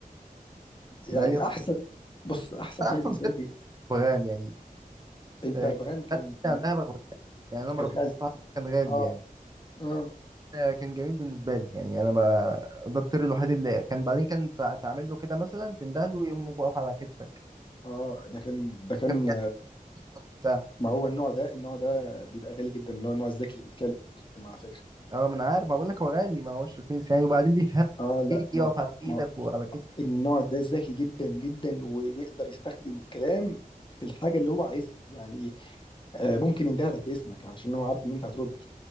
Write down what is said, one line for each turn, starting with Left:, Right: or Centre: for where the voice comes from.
Left: يعني
Right: لا هي
Left: احسن بص احسن
Right: احسن
Left: حاجه بالنسبه
Right: كده
Left: لي
Right: بغبغان يعني
Left: البغبغان
Right: آه،
Left: كان
Right: كان عندها بغبغان يعني انا ما
Left: كان
Right: ربيتوش
Left: خالتي
Right: بصراحة كان غالي
Left: اه
Right: يعني
Left: اه
Right: آه، كان جميل بالنسبة لي يعني انا ما ده الطير الوحيد اللي كان بعدين كان تع- تعمل له كده مثلا تنده له يقوم واقف على كتفك
Left: اه ده كان ده كان
Right: كان بيعمل بتاع
Left: ما هو النوع ده النوع ده بيبقى غالي جدا اللي هو النوع الذكي اللي بيتكلم على فكره
Right: اه ما انا عارف ما بقول لك هو غالي ما هوش رخيص يعني وبعدين بيفهم
Left: اه لا
Right: يجي
Left: ما
Right: يقف على
Left: ما
Right: ايدك وعلى كتفك
Left: النوع ده ذكي جدا جدا وبيقدر يستخدم الكلام في الحاجة اللي هو عايزها يعني آه، ممكن يندهلك باسمك عشان هو عارف ان انت هترد